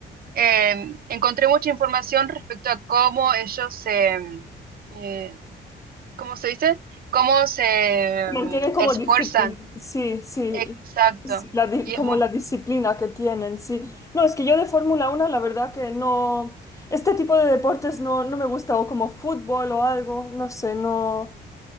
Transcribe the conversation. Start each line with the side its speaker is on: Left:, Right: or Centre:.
Right: eh, encontré mucha información respecto a cómo ellos se, em, eh, ¿cómo se dice? Cómo se eh,
Left: Mantiene como
Right: esfuerzan.
Left: disciplina. Sí, sí.
Right: Exacto.
Left: Sí, la di-
Right: Y,
Left: como
Right: es, mu-
Left: la disciplina que tienen, sí. No, es que yo de Fórmula uno la verdad que no. Este tipo de deportes no, no me gusta, o como fútbol o algo, no sé, no,